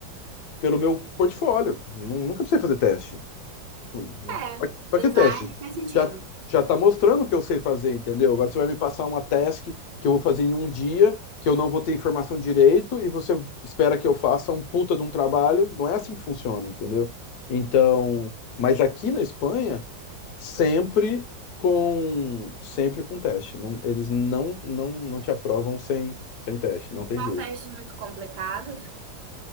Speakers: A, on the left (about 70°); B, on the right (about 70°).
A: pelo meu portfólio. Nu- Nunca precisei fazer teste. Tipo,
B: É,
A: Pra pra
B: design
A: que teste?
B: faz sentido.
A: Já, já tá mostrando o que eu sei fazer, entendeu? Agora você vai me passar uma task que eu vou fazer em um dia, que eu não vou ter informação direito, e você espera que eu faça um puta de um trabalho. Não é assim que funciona, entendeu? Então, mas aqui na Espanha sempre com sempre com teste. Não, eles não, não não te aprovam sem sem teste, não tem
B: São
A: jeito.
B: testes muito complicados.